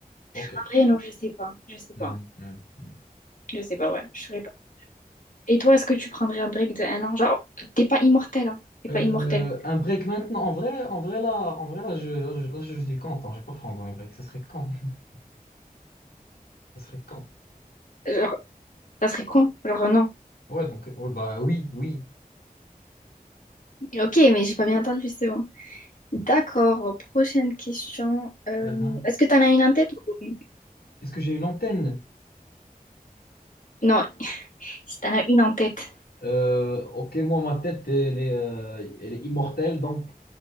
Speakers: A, on the left; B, on the left.
A: Ok.
B: En vrai, non, je sais pas. Je sais pas.
A: Mm, mm, mm.
B: Je sais pas, ouais, je saurais pas. Et toi, est-ce que tu prendrais un break de un an? Genre, t'es pas immortel, hein? T'es pas
A: Euh,
B: immortel.
A: un break maintenant. En vrai, en vrai là, en vrai là, je, là, je, là, je suis content. Je vais pas prendre un break. Ça serait quand? <laughs> Ça serait quand?
B: Genre, ça serait con. Genre, non.
A: Ouais, donc, euh, ouais, bah oui, oui.
B: Ok, mais j'ai pas bien entendu, c'est bon. D'accord, prochaine question. Euh,
A: Uhum.
B: est-ce que tu en as une en tête ou...
A: Est-ce que j'ai une antenne?
B: Non, si tu en as une en tête.
A: Euh, ok, moi, ma tête, elle est, euh, elle est immortelle, donc